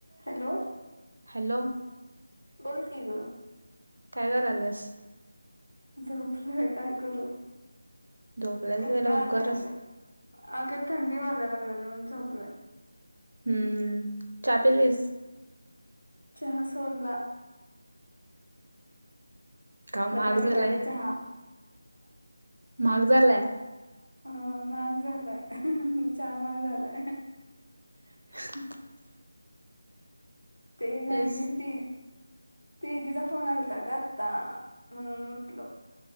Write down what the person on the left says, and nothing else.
Hello.
बोल क ग.
झोपलंय काय करू
कंटाळा
आला ह बा. अगर थंडी वाजायला लागलेली म्हणून झोपलंय.
चा सोडला.
बंद
केलाय ग चहा
अ माघ झालाय चहा माग झालाय.
ते नाही
ते तेजिचा ला फोन आलता ग आता म्हणून उठल.